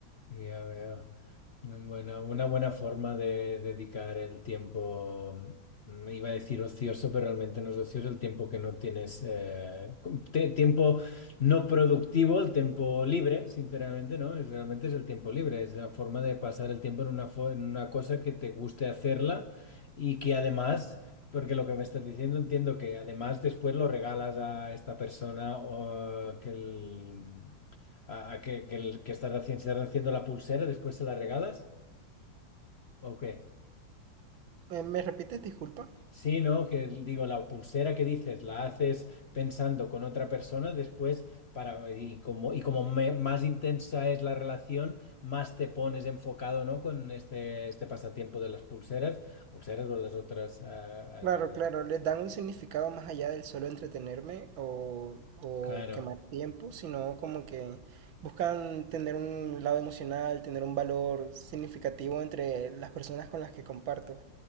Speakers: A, on the left; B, on the right.
A: Ya veo. Mm, Bueno, una buena forma de dedicar el tiempo, mm, iba a decir ocioso, pero realmente no es ocioso el tiempo que no tienes, eh, com- te- tiempo no productivo, el tiempo libre, sinceramente, ¿no? Es, realmente es el tiempo libre, es la forma de pasar el tiempo en una, fo- en una cosa que te guste hacerla y que además... Porque lo que me estás diciendo entiendo que además después lo regalas a esta persona o que el, a, a que, que, el- que estás haciendo, si estás haciendo la pulsera, después se la regalas? ¿O qué?
B: Eh, ¿Me repites, disculpa?
A: Sí, ¿no? Que digo, la pulsera que dices, la haces pensando con otra persona, después para, y como, y como me- más intensa es la relación, más te pones enfocado, ¿no? Con este, este pasatiempo de las pulseras, pulseras o las otras, ah, al-
B: Claro, claro, les dan un significado más allá del solo entretenerme o, o
A: claro,
B: quemar tiempo, sino como que buscan tener un lado emocional, tener un valor significativo entre las personas con las que comparto.